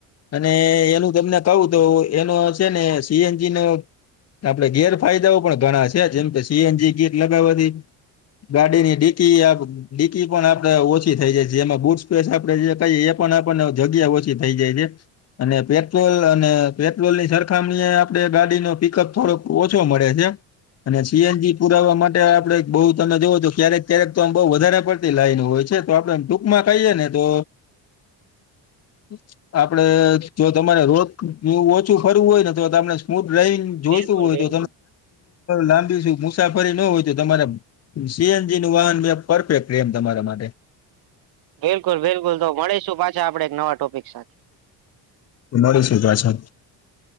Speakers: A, on the left (about 35°); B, on the right (about 60°).
A: અને એનું તમને કહું તો એનો છે ને સી એનજી નો, આપડણે ગેર ફાયદાઓ પણ ઘણા છે જેમ કે સીએનજી ગેર લગાવવાથી, ગાડીની ડીકી આપ, ડીકી પણ આપડે ઓછી થઇ જાય છે જેમાં બુટ સ્પેસ આપડે જે કહીએ એ પણ આપને જગ્યા ઓછી થઇ જાય છે. અને પેટ્રોલ અને પેટ્રોલ ની સરકાર, કામણી આપણેે ગાડી નો પિકઅપ થોડોક ઓછો મળે છે. અને સીએનજી પુરાવા માટે આપણે બહુ તમે જોવો તો ક્યારેક તો આમ બહુ વધારે પડ, લાઈન હોય છે તો આપડે ટૂંક માં કહીએે ને તો, હચ. આપડે જો તમારે રોગ ઓછું ફરવું હોય ને તો તમે સ્મૂથ ડ્રાઈવિંગ, જોઈતું
B: બિલકુલ
A: હોય
B: બિલકુલ
A: તો લાંબી મુસાફરી ન હોય તો તમારે, સીએનજી નું વાન પરફેક્ટ તમારા માટે,
B: બિલકુલ બિલકુલ તો મળીશું પાછા આપણે એક નવા ટોપિક સાથે.
A: મળી પાછા